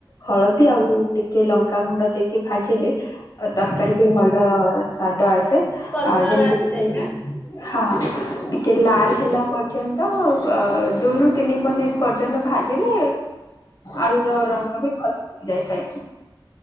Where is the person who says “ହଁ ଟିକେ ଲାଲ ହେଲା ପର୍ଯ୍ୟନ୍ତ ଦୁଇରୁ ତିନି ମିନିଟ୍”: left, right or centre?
Left